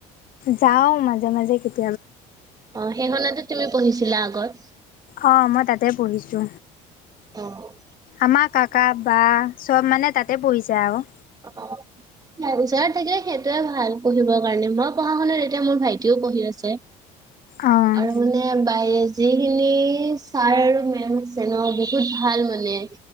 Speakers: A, on the left (about 55°); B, on the right (about 25°).
A: যাও মাজে-মাজে কেতিয়া
B: অ' সেইখনতে তুমি পঢ়িছিলা আগত
A: অ' মই তাতে পঢ়িছো।
B: অ'।
A: আমাৰ কাকা বা চব মানে তাতে পঢ়িছে আৰু
B: ওচৰত থাকিলে সেইটোৱে ভাল পঢ়িবৰ কাৰণে, মই পঢ়া খনতে এতিয়া মোৰ ভাইটিও পঢ়ি আছে।
A: অ',
B: আৰু মানে বাহি যিখিনি ছাৰ আৰু মেম আছে ন' বহুত ভাল মানে